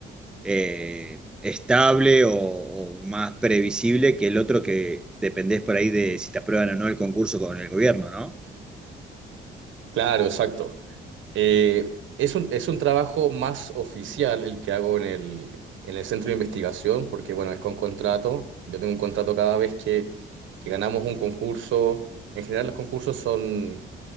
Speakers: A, in the centre; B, on the right.
A: eh, estable o, o más previsible que el otro que dependés por ahí de si te aprueban o no el concurso con el gobierno, ¿no?
B: Claro, exacto. Eh, es un, es un trabajo más oficial el que hago en el, en el centro de investigación, porque bueno, es con contrato. Yo tengo un contrato cada vez que, que ganamos un concurso. En general los concursos son,